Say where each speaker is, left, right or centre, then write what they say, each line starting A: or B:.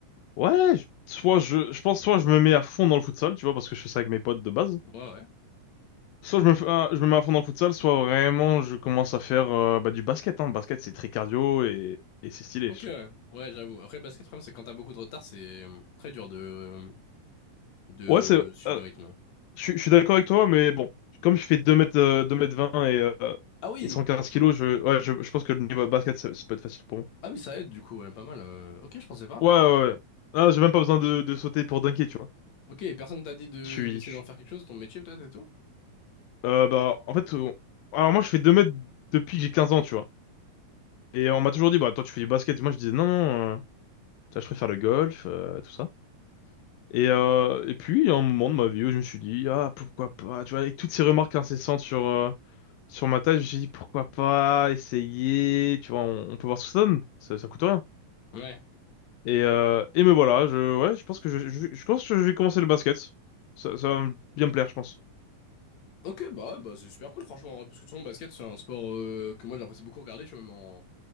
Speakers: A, on the left (about 80°); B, on the left (about 55°).
A: Ouais, je- soit je, je pense soit je me mets à fond dans le futsal, tu vois, parce que je fais ça avec mes potes de base.
B: Ouais, ouais.
A: Soit je me, fais- ah, je me mets à fond dans le futsal, soit vraiment je commence à faire euh, bah, du basket. Hein. Le basket c'est très cardio et, et c'est stylé,
B: Ok,
A: je
B: ouais,
A: trouve.
B: Ouais, j'avoue. Après, basket, le problème, c'est que quand t'as beaucoup de retard, c'est euh, très dur de, euh, de
A: Ouais, c'est.
B: suivre
A: euh,
B: le rythme.
A: Je, suis je suis d'accord avec toi, mais bon, comme je fais 2 mètres, euh, 2 mètres 20 et, euh,
B: Ah oui,
A: et 115 kilos, je, ouais, je, je pense que le niveau basket, ça, ça peut être facile pour moi.
B: ah oui, ça aide du coup, ouais, pas mal. euh. Ok, je pensais pas.
A: Ouais, ouais, ouais. Ah, j'ai même pas besoin de, de sauter pour dunker, tu vois.
B: Ok, et personne t'a dit de
A: Je suis.
B: d'essayer
A: je suis-
B: d'en faire quelque chose, ton métier peut-être et tout?
A: euh, bah, en fait, euh, alors moi, je fais 2 mètres depuis que j'ai 15 ans, tu vois. Et on m'a toujours dit, bah, toi, tu fais du basket. Moi, je disais, non, non, euh, tu vois, je préfère le golf, euh, tout ça. Et, euh, et puis, il y a un moment de ma vie où je me suis dit, ah, pourquoi pas, tu vois, avec toutes ces remarques incessantes sur. euh, Sur ma table, j'ai dit pourquoi pas essayer, tu vois, on, on peut voir ce que ça donne, ça, ça coûte rien.
B: Ouais.
A: Et, euh, et me voilà, je, ouais, je pense que je, je, je pense que je vais commencer le basket. Ça, ça va bien me plaire, je pense.
B: Ok, bah, ouais, bah c'est super cool, franchement, ouais, parce que de toute façon, le basket, c'est un sport euh, que moi j'apprécie beaucoup regarder, tu vois, même en,